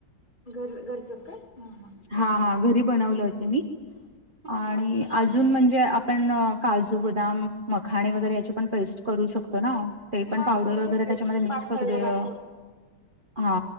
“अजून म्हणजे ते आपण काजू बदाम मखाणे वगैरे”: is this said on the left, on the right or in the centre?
Right